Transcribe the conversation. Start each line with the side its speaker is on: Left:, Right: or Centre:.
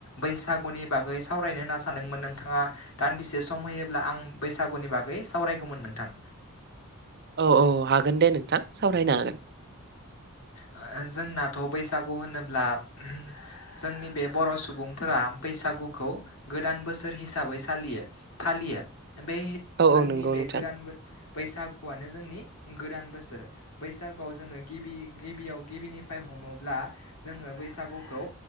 Left: बैसागु नि बागै सावरायनो होनना सानदोंमोन नोंथाङा दान्दिसे सम होयोब्ला आं बैसागुनि बागै सावरायगौमोन नोंथां
Right: औ औ हागोन दे नोंथां सावरायनो हागोन।
Left: ओ जोंनाथ' बैसागु होनोब्ला उम जोंनि बे बर' सुबुंफोरा बैसागुखौ गोदान बोसोर हिसाबै सालियो फालियो बे
Right: औ औ
Left: जोंनि
Right: नंगौ
Left: बे
Right: नोंथां
Left: गोदान बो बैसागुआनो जोंनि गोदान बोसोर बैसा गुवाव जोङो गिबि गिबियाव गिबिनिफाय हमोब्ला जोङो बैसागुखौ